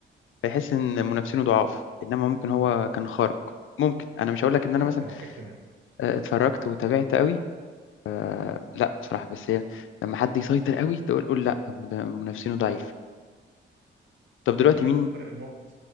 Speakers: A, on the left (about 75°); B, on the right (about 60°).
A: فيحس إن منافسينه ضعاف إنما ممكن هو
B: اه
A: كان خارق ممكن أنا مش هقول لك إن أنا
B: ممكن
A: مثلا
B: اه في احتمال
A: آه، اتفرجت وتابعت قوي آه، لا بصراحة بس هي لما حد يسيطر قوي تقول قول لا ده منافسينه ضعيف طب دلوقتي
B: يعني انا
A: مين
B: شفت فرق النقط